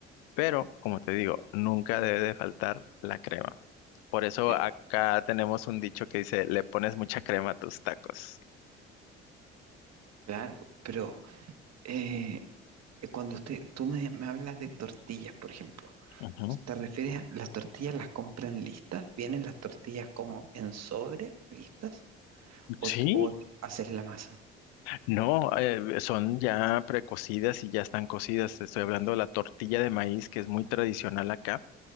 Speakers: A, on the left; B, on the right.
A: pero como te digo, nunca debe de faltar la crema. Por eso
B: Pero-
A: acá tenemos un dicho que dice, le pones mucha crema a tus tacos.
B: Claro, pero eh, eh, cuando usted, tú me, me hablas de tortillas, por ejemplo,
A: Ujú.
B: ¿te refieres a las tortillas las compran listas? ¿Vienen las tortillas como en sobre listas? ¿O,
A: Sí,
B: o haces la masa?
A: no, eh, son ya precocidas y ya están cocidas. Te Estoy hablando de la tortilla de maíz, que es muy tradicional acá,